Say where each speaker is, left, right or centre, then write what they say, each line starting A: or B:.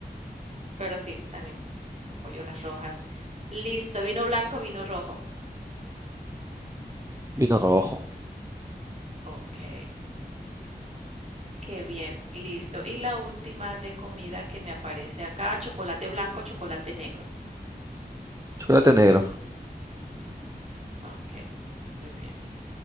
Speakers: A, on the right (about 45°); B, on the right (about 20°).
A: Pero sí, también apoyo las rojas. Listo, vino blanco, vino rojo.
B: vino rojo,
A: Okey, qué bien, listo. Y la última de comida que me aparece acá, chocolate blanco, chocolate negro.
B: chocolate negro.
A: Ujú, okey, muy bien,